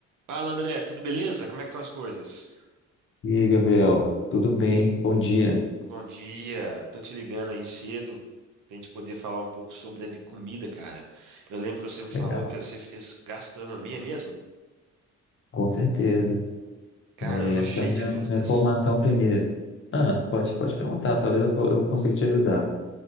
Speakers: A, on the right (about 80°); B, on the left (about 45°).
A: Fala, André, tudo beleza? Como é que estão as coisas?
B: E aí, Gabriel, tudo bem? Bom dia.
A: Bom dia, tô te ligando aí cedo pra gente poder falar um pouco sobre a comida, cara. Eu lembro que você me falou
B: Legal.
A: que você fez gastronomia mesmo?
B: Com certeza.
A: Cara,
B: É,
A: eu tô
B: Essa
A: Hum. cheio
B: é a minha,
A: de dúvidas.
B: minha formação primeiro. Ah, pode, pode perguntar, talvez eu, po- eu consiga te ajudar.